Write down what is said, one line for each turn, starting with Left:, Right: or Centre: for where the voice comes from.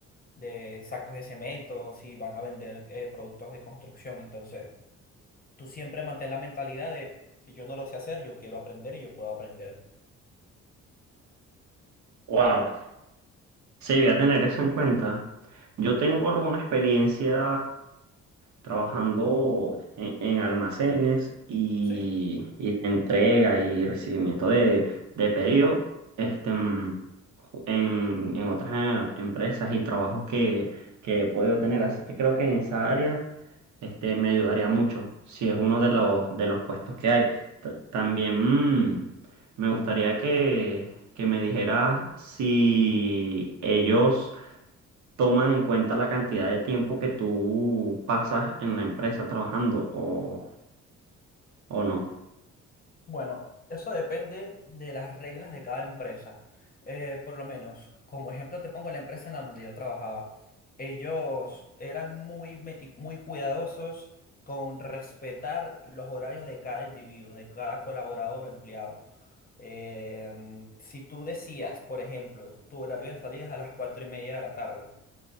Left: de sacos de cemento, si van a vender eh, productos de construcción, entonces tú siempre mantén la mentalidad de, si yo no lo sé hacer, yo quiero aprender y yo puedo aprender.
Right: Wow, Sí, voy a tener eso en cuenta. Yo tengo alguna experiencia trabajando en, en almacenes y,
Left: Sí,
Right: y en entrega y recibimiento de, de pedidos este, mm, en, en otras eh, empresas y trabajos que, que he podido tener. Así que creo que en esa área este, me ayudaría mucho si es uno de los, de los puestos que hay. Ta- También... mm, me gustaría que, que me dijeras si ellos toman en cuenta la cantidad de tiempo que tú pasas en la empresa trabajando o, o no.
Left: Bueno, eso depende de las reglas de cada empresa. Eh, por lo menos, como ejemplo te pongo la empresa en la donde yo trabajaba. Ellos eran muy, meti- muy cuidadosos con respetar los horarios de cada individuo, de cada colaborador o empleado. Em, si tú decías, por ejemplo, tu horario de salida es a las cuatro y media de la tarde